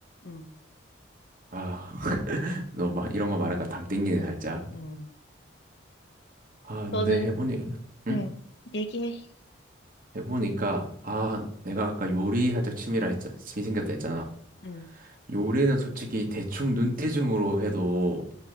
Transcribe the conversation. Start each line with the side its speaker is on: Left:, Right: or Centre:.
Left: 응,
Right: 아, <laughs> 너 막 이런 거 말하니까 당 땡기네, 살짝.
Left: 응,
Right: 아, 근데
Left: 너는
Right: 해보니, 응?
Left: 응, 얘기해.
Right: 해보니까, 아, 내가 아까 요리 살짝 취미라 했잖아. 취미 생겼다 했잖아.
Left: 응,
Right: 요리는 솔직히 대충 눈대중으로 해도